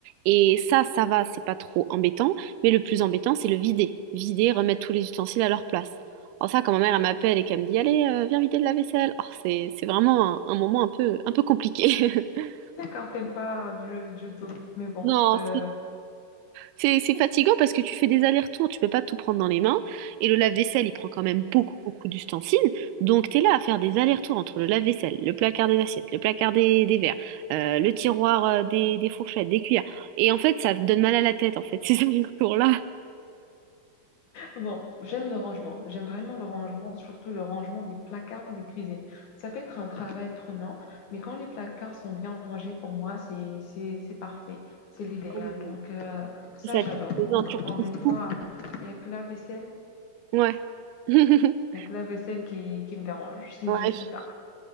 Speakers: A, on the right (about 85°); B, on the left (about 65°).
A: Et ça, ça va, c'est pas trop embêtant. Mais le plus embêtant, c'est le vider. Vider, remettre tous les ustensiles à leur place. Alors ça, quand ma mère elle m'appelle et qu'elle me dit, allez, euh, viens vider le lave-vaisselle. Oh, c'est c'est vraiment un, un moment un peu un peu compliqué. <laughs>
B: D'accord, t'aimes pas du, du tout, mais bon,
A: Non,
B: euh,
A: C'est c'est fatigant parce que tu fais des allers-retours, tu peux pas tout prendre dans les mains. Et le lave-vaisselle, il prend quand même beaucoup, beaucoup d'ustensiles. Donc, tu es là à faire des allers-retours entre le lave-vaisselle, le placard des assiettes, le placard des, des verres, euh, le tiroir euh, des, des fourchettes, des cuillères. Et en fait, ça te donne mal à la tête, en fait, <laughs> ces allers-retours-là.
B: Bon, j'aime le rangement. J'aime vraiment le rangement, surtout le rangement des placards de cuisine. Ça peut être un travail prenant, mais quand les placards sont bien rangés, pour moi, c'est, c'est, c'est parfait. C'est l'idéal.
A: Ah Oui.
B: Donc, euh, ça,
A: C'est
B: j'adore.
A: satisfaisant,
B: En- Encore
A: tu retrouves
B: une fois,
A: tout.
B: il n'y a que la vaisselle,
A: Ouais. <laughs>
B: il y a que la vaisselle qui, qui me dérange. C'est
A: Ouais,
B: juste
A: je-
B: ça.